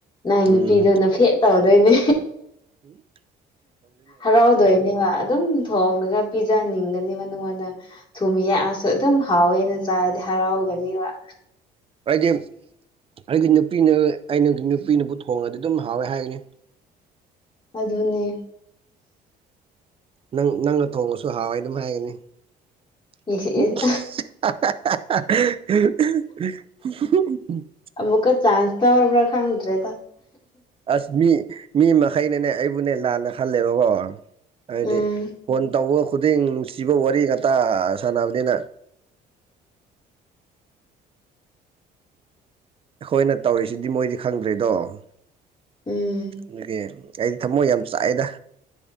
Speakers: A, on the left; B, on the right.
A: ꯃꯥꯏ ꯅꯨꯄꯤꯗꯣꯅ
B: ꯎꯝ
A: ꯐꯦꯠ ꯇꯧꯗꯣꯏꯅꯤ
B: ꯍꯨꯝ
A: ꯍꯔꯥꯎꯗꯣꯏꯅꯦꯕ ꯑꯗꯨꯝ ꯊꯣꯡꯉꯒ ꯄꯤꯖꯅꯤꯡꯒꯅꯦꯕ ꯅꯉꯣꯟꯗ ꯊꯨꯝ ꯌꯥꯛꯑꯁꯨ ꯑꯗꯨꯝ ꯍꯥꯎꯋꯦꯅ ꯆꯥꯔꯗꯤ ꯍꯔꯥꯎꯒꯅꯤꯕ
B: ꯑꯩꯗꯤꯝ ꯑꯩꯒꯤ ꯅꯨꯄꯤꯅ ꯑꯩꯅ ꯅꯨꯄꯤꯅꯕꯨ ꯊꯣꯡꯉꯗꯤ ꯑꯗꯨꯝ ꯍꯥꯎꯋꯦ ꯍꯥꯏꯒꯅꯤ
A: ꯑꯗꯨꯗꯅꯦ
B: ꯅꯪ ꯅꯪꯅ ꯊꯣꯡꯕꯁꯨ ꯍꯥꯎꯋꯏ ꯑꯗꯨꯝ ꯍꯥꯏꯒꯅꯤ <unintelligible>
A: ꯏꯁ ꯏꯁ ꯃꯛꯀ ꯆꯥꯟꯁ ꯊꯔꯔꯕꯔ ꯈꯪꯇ꯭ꯔꯦ
B: ꯑꯁ ꯃꯤ ꯃꯤ ꯃꯈꯩꯅꯅꯦ ꯑꯩꯕꯨꯅꯦ ꯂꯥꯟꯅ ꯈꯜꯂꯦꯕꯀꯣ ꯍꯥꯏꯗꯤ
A: ꯎꯝ
B: ꯐꯣꯟ ꯇꯧꯕ ꯈꯨꯗꯤꯡ ꯅꯨꯡꯁꯤꯕ ꯋꯥꯔꯤ ꯉꯇ ꯁꯥꯟꯅꯕꯅꯤꯅ ꯑꯩꯈꯣꯏꯅ ꯇꯧꯔꯤꯁꯤꯗꯤ ꯃꯣꯏꯗꯤ ꯈꯪꯗ꯭ꯔꯦꯗꯣ ꯑꯗꯨꯒꯤ
A: ꯎꯝ
B: ꯑꯩꯗꯤ ꯊꯃꯣꯏ ꯌꯥꯝ ꯆꯥꯛꯦꯗ